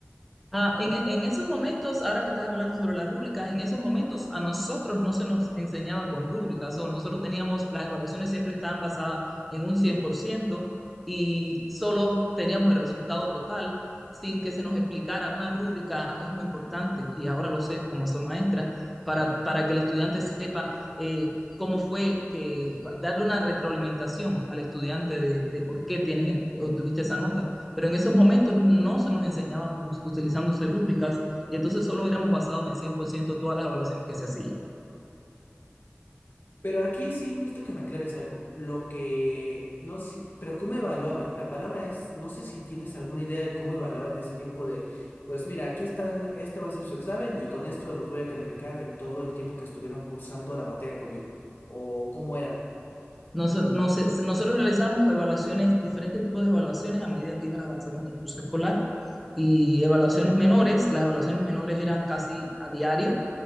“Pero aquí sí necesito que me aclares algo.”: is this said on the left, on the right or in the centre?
Left